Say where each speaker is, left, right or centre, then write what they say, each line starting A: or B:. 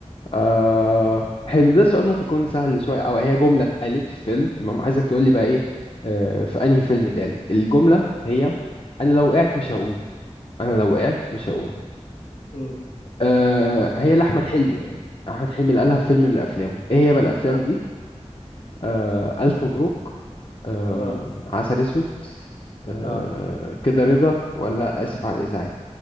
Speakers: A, on the left; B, on the left.
A: آه حلو ده السؤال ممكن يكون سهل شويه او هي جمله اتقالت في فيلم تمام عايزك تقول لي بقى ايه آه في انهي فيلم اتقالت الجمله هي انا لو وقعت مش هقوم انا لو وقعت مش هقوم
B: أمم.
A: آه هي لاحمد حلمي يعني احمد حلمي اللي قالها في فيلم من افلامه ايه هي بقى الافلام
B: اه
A: دي آه ألف مبروك آم،
B: اه
A: عسل أسود آه
B: آه.
A: كده رضا ولا آسف على الإزعاج